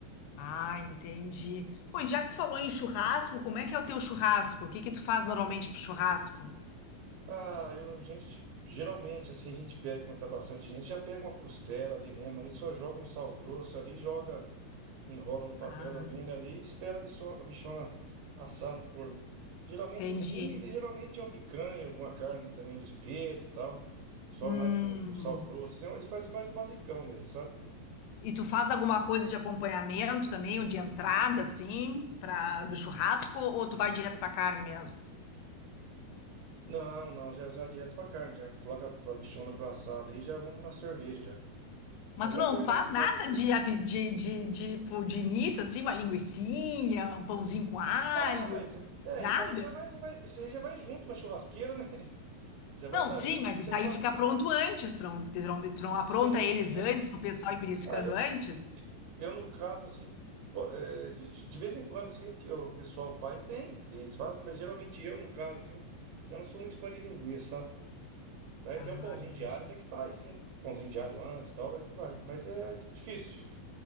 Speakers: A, on the left; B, on the right.
A: Ah, entendi. Pô, e já que tu falou em churrasco, como é que é o teu churrasco? O que que tu faz normalmente pro churrasco?
B: Ah, eu, gente, geralmente assim a gente pega, quando tá bastante gente, já pega uma costela ali mesmo, ali só joga um sal grosso ali, joga, enrola no papel
A: Ah,
B: alumínio ali e espera a bicho- a bichona assar no forno. Geralmente
A: entendi.
B: assim, e geralmente uma picanha, alguma carne ali também no espeto e tal, só
A: Hum.
B: mais com, com sal grosso, assim, eles fazem mais o basicão mesmo, sabe?
A: E tu faz alguma coisa de acompanhamento também, ou de entrada, assim, pra, do churrasco, ou tu vai direto pra carne mesmo?
B: Não, não, já já direto pra carne, já coloca pra bichona pra assar ali e já vamos na cerveja já. Então
A: Mas
B: vamos
A: tu não
B: ver agora
A: faz
B: esse final
A: nada
B: de semana.
A: de, ape- de, de, de, pô, de início, assim, uma linguicinha, um pãozinho com alho,
B: Ah, mas é,
A: nada?
B: isso aí já vai, já vai- isso aí já vai junto na churrasqueira, né? <laughs> Já vai
A: Não,
B: estar
A: sim,
B: junto. Eu
A: mas
B: pensei que
A: isso
B: você
A: aí
B: tá.
A: fica pronto antes. Tron, tron, tron, apronta
B: Sim,
A: eles
B: sim,
A: antes
B: sim.
A: pro pessoal ir beliscando
B: Ah, eu,
A: antes.
B: eu no caso, assim, pô, é, de, de vez em quando, assim, que o pessoal faz, tem, tem, eles fazem, mas geralmente eu, no caso, assim, já não sou muito fã de linguiça, sabe? Daí
A: Ah,
B: tem um pãozinho
A: entendi.
B: de alho, até que faz, sim. Pãozinho de alho antes e tal, até que vai. Mas é difícil.